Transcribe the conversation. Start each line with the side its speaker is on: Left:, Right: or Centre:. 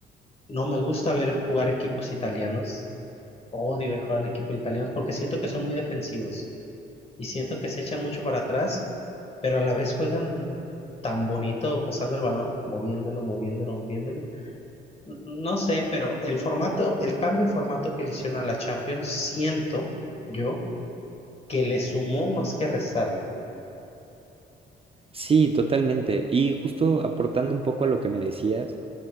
Left: No me gusta ver jugar equipos italianos. Odio ver jugar equipos italianos porque siento que son muy defensivos y siento que se echan mucho para atrás, pero a la vez juegan tan bonito pasando el balón, moviéndolo, moviéndolo, moviéndolo. N- No sé, pero el formato, el cambio de formato que le hicieron a la Champions, siento yo que le sumó más que restarle.
Right: Sí, totalmente. Y justo aportando un poco a lo que me decías.